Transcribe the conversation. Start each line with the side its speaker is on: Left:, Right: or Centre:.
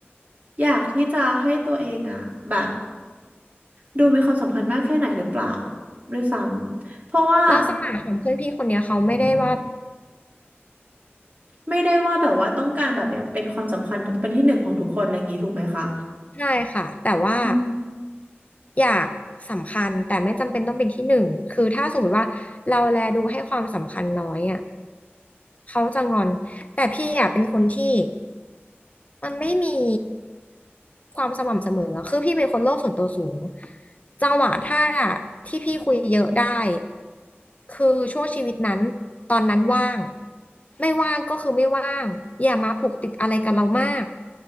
Right: อยากที่จะให้ตัวเองอ่ะแบบดูมีความสำคัญมากแค่ไหนหรือเปล่า ด้วยซ้ำเพราะว่า
Left: ลักษณะของเพื่อนพี่คนเนี้ยเขาไม่ได้ว่า
Right: ไม่ได้ว่าแบบว่าต้องการแบบอยากเป็นความสำคัญเป็นที่หนึ่งของทุกคนอะไรอย่างนี้ถูกไหมคะ
Left: ใช่ค่ะแต่ว่า
Right: อืม
Left: อยากสำคัญแต่ไม่จำเป็นต้องเป็นที่หนึ่งคือถ้าสมมติว่าเราแลดูให้ความสำคัญน้อยอ่ะเขาจะงอนแต่พี่อ่ะเป็นคนที่มันไม่มีความสม่ำเสมออะคือพี่เป็นคนโลกส่วนตัวสูงจังหวะถ้าที่พี่คุยเยอะได้ คือช่วงชีวิตนั้นตอนนั้นว่างไม่ว่างก็คือไม่ว่างอย่ามาผูกติดอะไรกับเรามาก